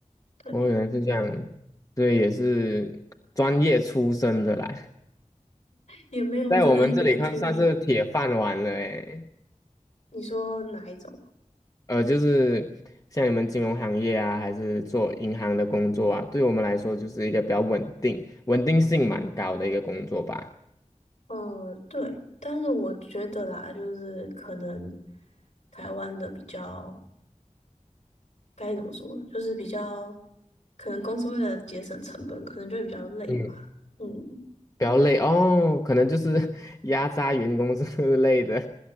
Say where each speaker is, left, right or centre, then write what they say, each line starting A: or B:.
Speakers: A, on the left; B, on the left.
A: 对，
B: 哦，原来是这样，对，也是专业出身的啦，
A: 也没有，
B: <laughs> 在我们这里看算是铁饭碗了诶。
A: 我只是也是听别人。你说哪一种？
B: 呃，就是像你们金融行业啊，还是做银行的工作啊，对我们来说就是一个比较稳定、稳定性蛮高的一个工作吧，
A: 嗯，对，但是我觉得啦，就是可能台湾的比较该怎么说，就是比较可能公司为了节省成本，可能就会比较累吧。
B: 嗯，
A: 嗯，
B: 比较累哦，可能就是 <laughs> 压榨员工之类的